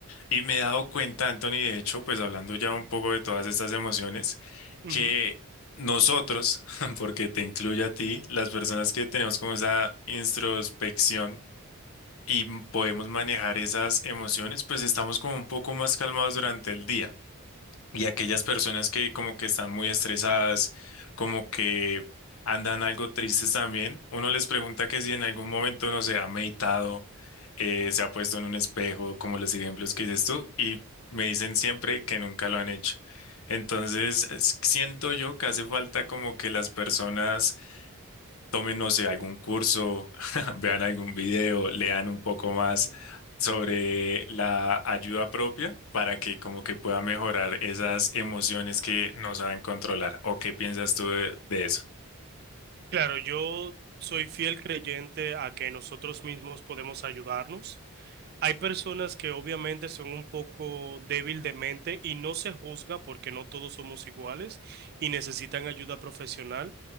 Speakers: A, on the left; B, on the right.
A: Y me he dado cuenta, Anthony, de hecho, pues hablando ya un poco de todas estas emociones,
B: Ujú.
A: que nosotros, <laughs> porque te incluye a ti, las personas que tenemos como esa introspección y podemos manejar esas emociones, pues estamos como un poco más calmados durante el día. Y aquellas personas que como que están muy estresadas, como que andan algo tristes también, uno les pregunta que si en algún momento no se ha meditado, eh, se ha puesto en un espejo, como los ejemplos que dices tú, y me dicen siempre que nunca lo han hecho. Entonces, es- siento yo que hace falta como que las personas tomen, no sé, algún curso, <laughs> vean algún video, lean un poco más sobre la ayuda propia para que como que pueda mejorar esas emociones que no saben controlar. ¿O qué piensas tú de, de eso?
B: Claro, yo soy fiel creyente a que nosotros mismos podemos ayudarnos. Hay personas que obviamente son un poco débil de mente y no se juzga porque no todos somos iguales y necesitan ayuda profesional,